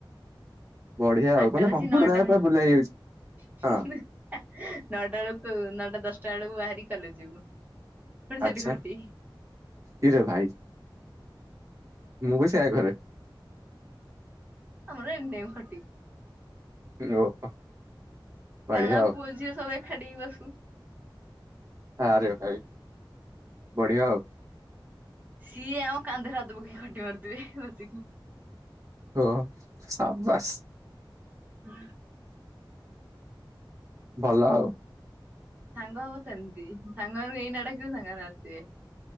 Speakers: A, on the right; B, on the right.
A: ବଢିଆ ଆଉ
B: ଆଠଟାର
A: ମାନେ କମ୍ପ୍ୟୁଟର
B: ଆସି ନଅଟା ହେଲ
A: ପୁରା ବୁଲା ହେଇଯାଉଛି
B: <unintelligible>
A: ହଁ
B: ନଅଟା ବେଳକୁ ନଅଟା ଦଶଟା ବେଳକୁ ବାହାରିକି କଲେଜ ଯିବୁ। ପୁଣି ସେଠି
A: ଆଚ୍ଛା,
B: ଖଟି।
A: କିରେ ଭାଇ ମୁଁ ବି ସେଇୟା କରେ।
B: ଆମର ଏନି ଟାଇମ୍ ଖଟି।
A: <unintelligible> ବଢିଆ
B: କାରଣ ଆମେ
A: ଆଉ
B: ପୁଅ ଝିଅ ସବୁ ଏକାଠି ହେଇ ବସୁ।
A: ଆରେ ଭାଇ, ବଢିଆ ଆଉ।
B: ସିଏ ଆମ କାନ୍ଧରେ ହାତ ପକେଇ ଖଟି ମାରୁଥିବେ ବସିକି।
A: ହୋ ସାବାସ୍।
B: ହୁଁ।
A: ଭଲ ଆଉ।
B: ସାଙ୍ଗ ହବ ତ ଏମିତି, ସାଙ୍ଗମାନଙ୍କୁ ଏଇନା ଡାକିବ ସାଙ୍ଗମାନେ ଆସିବେ।